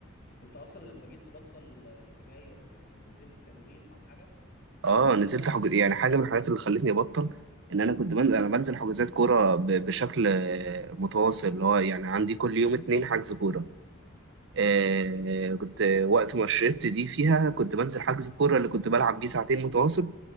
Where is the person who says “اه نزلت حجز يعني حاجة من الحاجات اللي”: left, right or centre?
Right